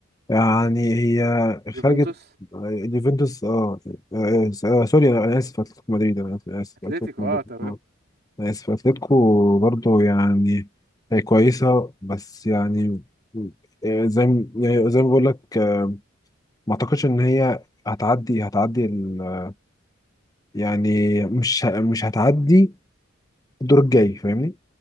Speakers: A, on the left (about 20°); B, on the right (about 50°).
A: يعني هي
B: يوفنتوس
A: خرجت آه، اليوفنتوس اه آه، آه، سوري أنا أنا آسف أتلتيكو مدريد أنا آسف آسف،
B: اتلتيكو
A: أتلتيكو مدريد
B: اه تمام
A: آه، أنا آسف أتلتيكو برضه يعني هي كويسة بس يعني آه، زي ما- يعني زي ما بقول لك آه، ما أعتقدش إن هي هتعدي هتعدي ال- يعني مش ه- مش هتعدي الدور الجاي فاهمني؟